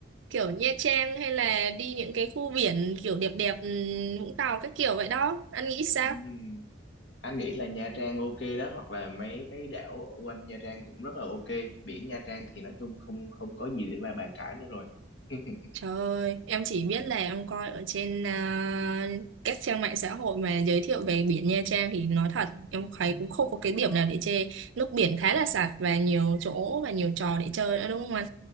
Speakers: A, on the right; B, on the left.
A: kiểu Nha Trang hay là đi những cái khu biển kiểu đẹp đẹp ừ, Vũng Tàu các kiểu vậy đó. Anh nghĩ sao?
B: Ừm, anh nghĩ là Nha Trang ok đó hoặc là mấy cái đảo ở quanh Nha Trang cũng rất là ok biển Nha Trang thì nói chung không không có gì để mà bàn cãi nữa rồi <laughs>
A: Trời ơi, em chỉ biết là em coi ở trên à, các trang mạng xã hội mà giới thiệu về biển Nha Trang thì nói thật em thấy cũng không có cái điểm nào để chê. Nước biển khá là sạch và nhiều chỗ và nhiều trò để chơi nữa đúng không anh?